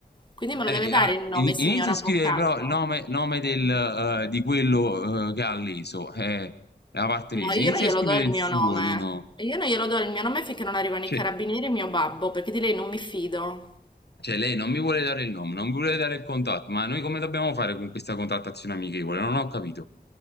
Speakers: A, on the left; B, on the left.
A: Quindi me
B: eh,
A: lo deve
B: eh,
A: dare
B: allora,
A: il nome,
B: in-
A: signor
B: inizia
A: avvocato.
B: a scrivere però il nome, nome del, eh, di quello, eh, che ha leso, eh, la parte
A: No,
B: lesa.
A: io
B: Inizia
A: non glielo
B: a scrivere
A: do il
B: il
A: mio
B: suo,
A: nome.
B: di no.
A: Io non glielo do il mio nome finché non arrivano
B: Cioè,
A: i carabinieri e mio babbo, perché di lei non mi fido.
B: cioè, lei non mi vuole dare il nome, non mi vuole dare il contatto, ma noi come dobbiamo fare con questa contattazione amichevole? Non ho capito.